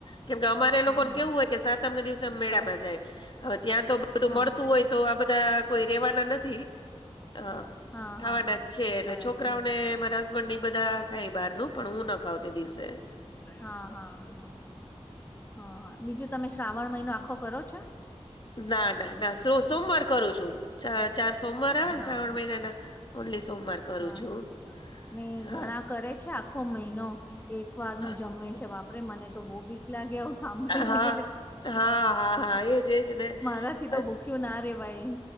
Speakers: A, on the left; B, on the left.
A: કેમ કે અમારે એ
B: હા
A: લોકોને
B: હા
A: કેવું હોય કે તમને દિવસેમેળામાં જાય હવે ત્યાં તો બધું
B: હા
A: મળતું હોય તો આ બધા કોઈ રેવાના નથી હા
B: હા
A: ખાવાના
B: હા
A: જ છે એટલે
B: બરાબર
A: છોકરાઓને મારા હસબન્ડ બધા ખાય બહાર નું પણ હું ના ખાવ તે દિવસે
B: હા હા હા હા હા બીજું તમે શ્રાવણ મહિનો આખો કરો છો.
A: ના ના ના. સોમવાર કરું છું ચ ચાર સોમવાર આવે ને
B: હા
A: શ્રાવણ
B: હા
A: મહિના ના ઓનલી સોમવાર કરું
B: હા
A: છું.
B: ને
A: હા,
B: ઘણા કરે છે આખો મહિનો એક વાર
A: હા.
B: નું જમે છે બાપરે મને તો બહ બી. એકલા ગયા હું સાંભળીને
A: હા, હા, હા, હા, એજ એજ ને
B: મારાથી
A: બસ
B: તો ભૂ. ક્યુ ના રવાાઈ.